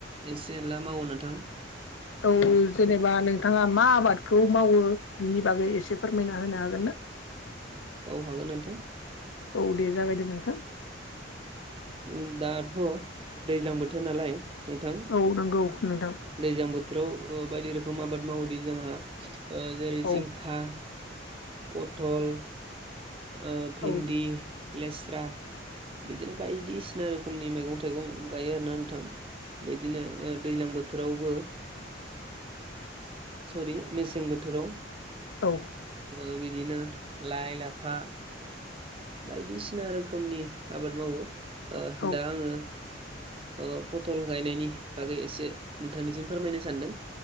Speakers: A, on the right (about 30°); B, on the left (about 85°).
A: एसे एनला मावो नोथां।
B: औ जेनेबा नोंथाङा मा आबादखौ मावो बिनि बागै एसे फोरमायना होनो हागोन ना?
A: औ हागोन नोंथां
B: औ दे जागायदो नोंथां।
A: उ दाथ' दैज्लां बोथोर नालाय नोंथां
B: औ नंगौ नोंथां
A: दैज्लां बोथोराव ओ बायदि रोखोम आबाद मावोदि जोंहा ओ जेरै
B: औ
A: जिंखा पथल ओ भिन्दि
B: औ
A: लेस्रा बिदिनो बायदिसिना रोखोमनि मैगं थाइगं गायो आरोना नोंथां। बिदिनो ओ दैज्लां बोथोरावबो सरि मेसें बोथोराव
B: औ
A: ओ बिदिनो लाइ लाफा बायदिसिना रोखोमनि आबाद मावो ओ
B: औ
A: दा आङो ओ पथल गायनायनि बागै एसे नोंथांनिसिम फोरमायनो सानदों